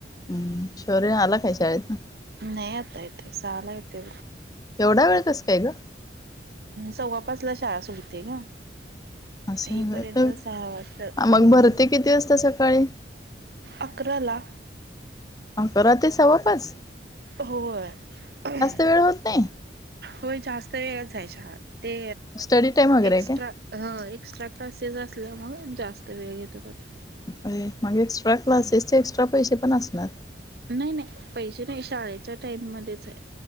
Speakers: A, on the left; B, on the right.
A: हम्म शोर्य आला काय शाळेतनं?
B: नाही आता येते सहाला येते
A: एवढा वेळ कस काय गं?
B: सव्वापाचला शाळा सुटते गं.
A: असं
B: येईपर्यंत सहा वाजत्यात
A: मग
B: हम्.
A: भरते किती वाजता सकाळी
B: आकराला
A: आकरा ते सव्वापाच
B: व्हय
A: वेळ होत नाही
B: व्हय जास्त वेळच आहे शाळा. ते
A: स्टडी टाइम वगैरे
B: एक्स्ट्रा
A: आहे
B: हो एक्स्ट्रा क्लासेस असल्यामुळ जास्त वेळ घेतात आता.
A: आये मग एक्स्ट्रा क्लाससचे एक्स्ट्रा पैसे पण असणार?
B: नाही नाही पैसे नाही शाळेच्या टाइम मध्येच हाय.